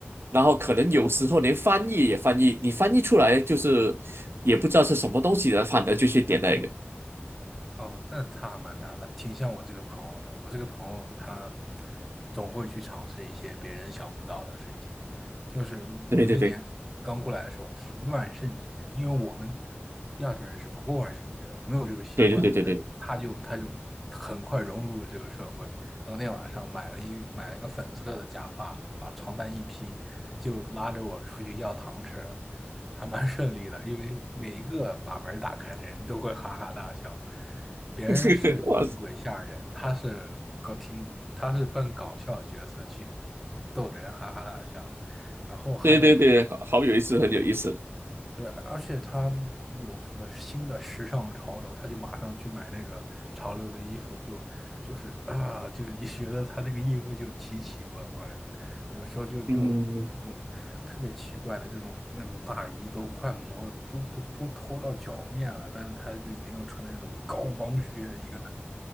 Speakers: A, on the right; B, in the centre.
A: 然后可能有时候连翻译也翻译，你翻译出来就是也不知道是什么东西的，反而就去点那个。
B: 哦，那他还蛮难的，挺像我这个朋友的。我这个朋友他总会去尝试一些别人想不到的事情。就是我们那年刚过来的时候是万圣节，
A: 对对对对
B: 因为我们亚洲人是不过万圣节的，我没有这个习惯。
A: 对对对对，
B: 但是他就他就很快融入了这个社会。当天晚上买了一买了一个粉色的假发，把床单一披，就拉着我出去要糖吃了，还蛮顺利的。因为每一个把门打开的人都会哈哈大笑。别人是扮鬼吓人，
A: <laughs> 对对哇，
B: 他是搞挺，他是扮搞笑的角色去逗得人哈哈大笑，然后还有，
A: 对对对，好好有意思，很有意思。
B: 对，而且他有什么新的时尚潮流，他就马上去买那个潮流的衣服，就就是啊，就你觉得他那个衣服就奇奇怪怪的，有时候就就这种特别奇怪的这种那种大衣都快磨都都都脱到脚面了，
A: 嗯，
B: 但是他里面又穿的那种高帮靴，一个。